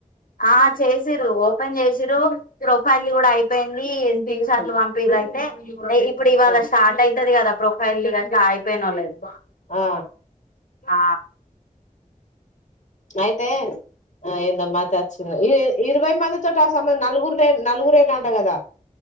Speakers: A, on the left (about 85°); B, on the left (about 60°).
A: ఆ చేసిరు ఓపెన్ చేస్ జీ రో ప్రొఫైల్ కూడా అ యి పోయింది తీన్ చార్లు పంపిది అయితే ఇప్పుడు ఇవాళ
B: ఆ
A: స్టార్ట్ అయితది కదా ప్రొఫైల్ ది న లేదు
B: ఆ
A: ఆ
B: అయితే ఆ ఇందమాత్ వచ్చి ఇ ఇరవై మంది తోటి ఆ సమా నలుగురులే నలుగురే గాఅంట కదా.